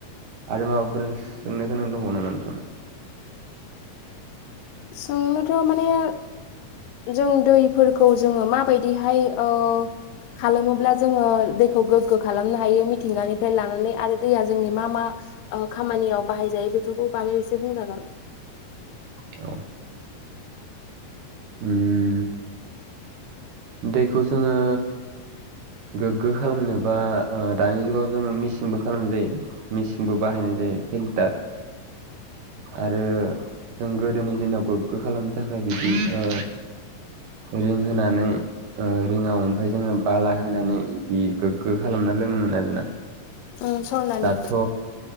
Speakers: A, on the right (about 75°); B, on the left (about 80°).
A: आरो माबाफोर सोंनो गोनां दंबावो नामा नोंथांनाव?
B: सोंनोथ' माने जों दैफोरखौ जोङो मा बायदिहाय ओ खालामोब्ला जोङो दैखौ गोग्गो खालामनो हायो मिथिंगानिफ्राय लानानै आरो दैया जोंनि मा मा ओ खामानियाव बाहायजायो बेफोरखौ बागै एसे बुंजागोन।
A: औ उम दैखौ जोङो गोग्गो खालामनो बा ओ दानि जुगाव जोङो मिचिंबो खालामजायो। मिचिंबो बाहायनाय जायो फिल्टार। आरो जों गोदोनि दिनाव गोग्गो खालामनो थाखाय बिदि ओ रिं होनानै ओ रिंआव ओमफाय जोङो बाला होनानै गोग्गो खालामना लोङोमोन आरोना
B: उम सरनानै
A: दाथ'